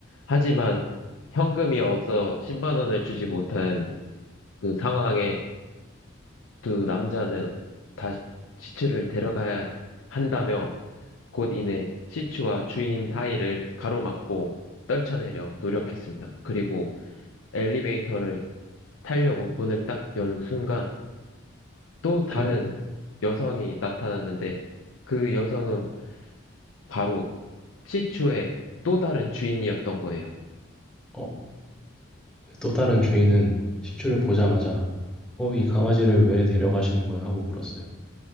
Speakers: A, on the left; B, in the centre.
A: 하지만 현금이 없어 10만 원을 주지 못한 그 상황에 두 남자는 다 시추를 데려가야 한다며 곧 이내 시추와 주인 사이를 가로막고 떨쳐내려 노력했습니다. 그리고 엘리베이터를 타려고 문을 딱 연 순간 또 다른
B: 그,
A: 여성이 나타났는데 그 여성은 바로 시추의 또 다른 주인이었던 거예요.
B: 어, 또 다른 주인은 시추를 보자마자 어, 이 강아지를 왜 데려가시는 거예요? 하고 물었어요.